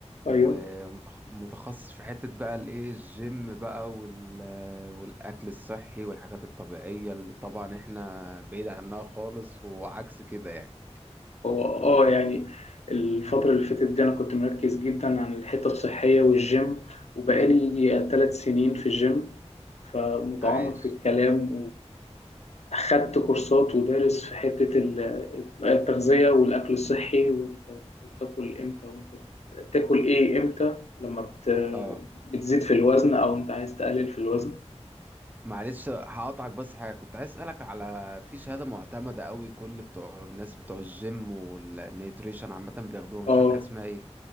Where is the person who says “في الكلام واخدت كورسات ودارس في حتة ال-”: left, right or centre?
Left